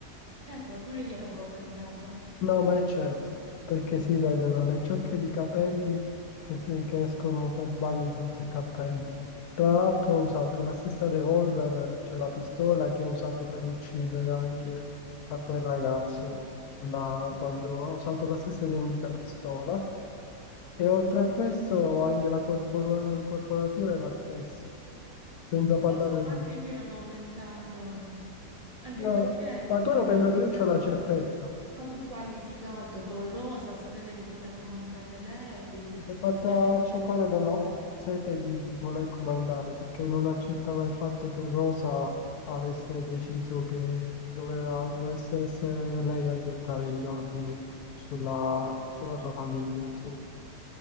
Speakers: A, on the right; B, on the left.
A: Eh beh, pure io l'avevo pensato.
B: No, ma è certo, perché si vedono le ciocche di capelli che, se- che escono per sbaglio sotto il cappello. Tra l'altro ho usato la stessa revolver, cioè la pistola che ho usato per uccidere anche a quel ragazzo, la- quando ho usato la stessa identica pistola. E oltre a questo anche la corpora- corporatura è la stessa, senza parlare
A: Lo so, ma
B: del...
A: anche io ne avevo pensato, anche
B: No,
A: perché,
B: ma tu l'hai
A: anche
B: pensato, io
A: perché
B: ho la certezza.
A: comunque ha litigato con Rosa, si vede che vuole comandare lei
B: Sì, si è fatta
A: e finché
B: accecare dalla sete di voler comandare perché non accettava il fatto che Rosa avesse deciso che doveva, dovesse essere lei a dettare gli ordini sulla, sulla sua famiglia. insomma.